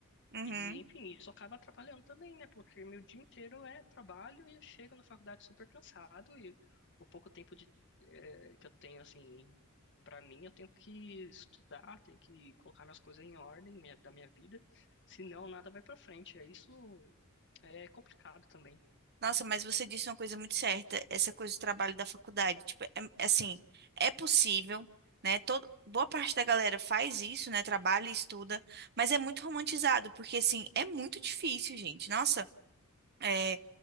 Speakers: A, on the right; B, on the left.
A: Uhum.
B: E, enfim, isso acaba atrapalhando também, né? Porque meu dia inteiro é trabalho e eu chego na faculdade super cansado e o pouco tempo de, eh, que eu tenho, assim, pra mim, eu tenho que estudar, tenho que colocar minhas coisas em ordem minha- da minha vida, senão nada vai pra frente. É isso é complicado também,
A: Nossa, mas você disse uma coisa muito certa, essa coisa do trabalho da faculdade. Tipo, é- é assim, é possível, né? Todo, boa parte da galera faz isso, né? Trabalha e estuda, mas é muito romantizado, porque assim, é muito difícil, gente. Nossa. é,